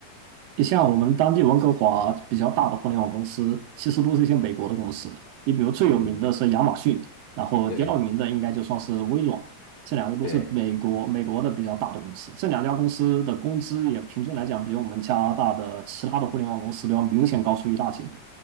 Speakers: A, on the right; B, on the left.
A: 你像我们当地温哥华比较大的互联网公司，其实都是一些美国的公司。你比如最有名的是亚马逊，
B: 嗯，
A: 然后第二名的应该就算是微软，
B: 对
A: 这两个都是美国美国的比较大的公司。
B: 对，
A: 这两家公司的工资也平均来讲，比我们加拿大的其他的互联网公司都要明显高出一大截的